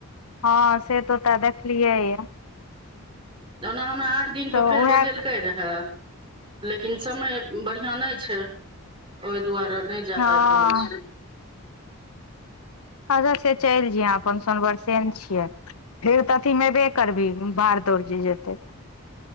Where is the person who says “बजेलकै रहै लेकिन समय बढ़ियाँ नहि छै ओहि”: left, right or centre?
Right